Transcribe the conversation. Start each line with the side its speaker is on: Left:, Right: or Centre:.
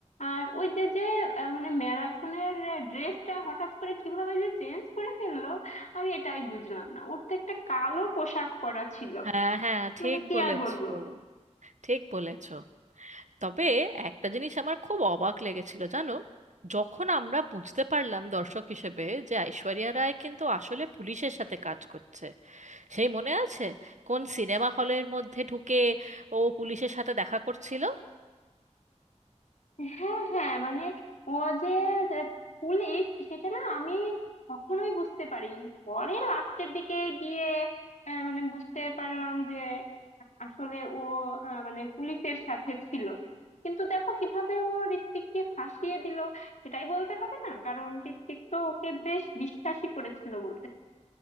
Left: আর ওই যে যে আহ, মানে ম্যারাথনের ড্রেসটা হঠাৎ করে কিভাবে যে চেঞ্জ করে ফেললো আমি এটাই বুঝলাম না ওর তো একটা কালো পোশাক পরা ছিল
Right: হ্যাঁ হ্যাঁ ঠিক
Left: মানে কি
Right: বলেছো
Left: আর বলবো
Right: ঠিক বলেছো তবে একটা জিনিস আমার খুব অবাক লেগেছিল জানো যখন আমরা বুঝতে পারলাম দর্শক হিসেবে যে ঐশ্বরিয়া রায় কিন্তু আসলে পুলিশের সাথে কাজ করছে সেই মনে আছে কোন সিনেমা হলের মধ্যে ঢুকে ও পুলিশের সাথে দেখা করছিল
Left: হ্যাঁ হ্যাঁ মানে ও যে যে পুলিশ সেটা না আমি কখনোই বুঝতে পারিনি পরে লাস্টের দিকে গিয়ে আহ, মানে বুঝতে পারলাম যে আসলে ও আহ, মানে পুলিশের সাথে ছিল কিন্তু দেখো কিভাবে ও ঋত্বিককে ফাঁসিয়ে দিল সেটাই বলতে হবে না কারণ ঋত্বিক তো ওকে বেশ বিশ্বাসী করেছিল বলতে হবে।